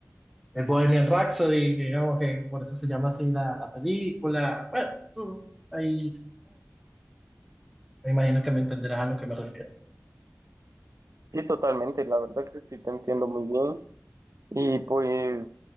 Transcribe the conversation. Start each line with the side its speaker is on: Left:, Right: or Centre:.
Centre: el Bohemian Rhapsody, que digamos que por eso se llama así la, la película. Bueno, tú ahí <clears throat> me imagino que me entenderás a lo que me refiero.
Right: Y totalmente, la verdad que sí te entiendo muy bien. Y pues